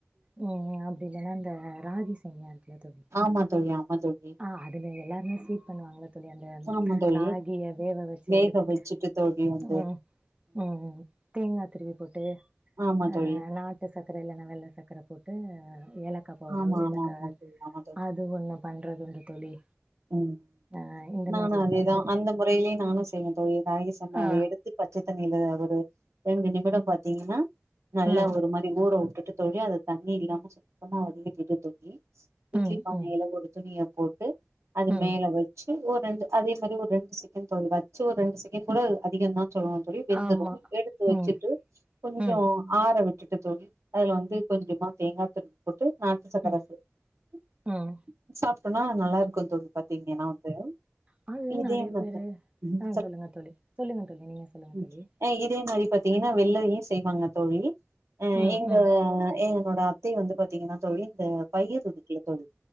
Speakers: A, on the right; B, on the right.
A: ம் ம் அப்டின்னு ஏனா இந்த ராகி சேமியா இருக்குல தோழி
B: ஆமா தோழி ஆமா தோழி
A: ஆ அதுல எல்லாருமே ஸ்வீட் பண்ணுவாங்கள தோழி அந்த அந்
B: ஆமா தோழி
A: ராகிய வேவ வெச்சு
B: வேக
A: எடுத்துட்டு
B: வச்சுட்டு தோழி வந்து
A: ம் ம் ம் ம் தேங்கா திருவி போட்டு
B: ஆமா
A: அ
B: தோழி
A: நா ட்டு சக்கர இல்லன்னா வெல்ல சக்கர போட்டு ஏலக்கா பவுடரு
B: ஆமா
A: ஏலக்கா
B: ஆமா ஆமா தோழி ஆமா தோழி
A: அ இதுவு என்ன பண்றது <unintelligible> தோழி
B: ம்
A: ஆ இந்த
B: நானு
A: மாரிலாந்தா
B: அதேதா
A: தோழி
B: அந்த முறையிலயூ நானு செய்வ தோழி ராகி சமயாவ
A: ஆ
B: எடுத் து பச்ச தண்ணீல அதோட ரெண்டு நிமிடோ பாத்தீங்கன்னா நல்லா
A: ம்
B: ஒரு மாரி ஊறவுட்டுட்டு தோழி அத தண்ணியில்லாம சுத்தமா வடிக்கட்டிட்டு தோழி இட்லி
A: ம்
B: பானையில
A: ம்
B: ஒரு துணிய போட்டு அது
A: ம்
B: மேல வச் சி ஓர் ரெண்டு அதே மாரி ஒரு ரெண்டு செகண்ட் தோழி வச்சு ஒரு ரெண்டு செகண்ட் கூட அதிகந்தா சொல்லுவாங்க தொழி வெந்துரு
A: ஆமா
B: எடுத்து வச்சுட்டு
A: ம்
B: கொஞ்சோ
A: ம்
B: ஆற விட்டுட்டு தோழி அதுல வந்து கொஞ்சமா தேங்கா துருவி போட்டு நாட்டு சக்கர
A: ம்
B: சேத் <inaudible>
A: ம்
B: சாப்ட்டனா நல்லா இருக்கு தோழி பாத்தீங்கன்னா வந்து
A: ஆ இதுல
B: இதே
A: நறையா
B: வந்து
A: பேரு
B: ம்
A: ஆ சொல்லுங்க தோழி சொல்லுங்க தோழி நீங்க சொல்லுங்க
B: ம்
A: தோழி
B: அ இதே மாரி பாத்திங்கன்னா வெல்லயு செய்வாங்க தோழி அ
A: ம்
B: எங்க
A: ம்
B: எங்களோட அத் தைய வந்து பாத்திங்கன்னா தொழில் இந்த பயிர் இருக்குல்ல தோழி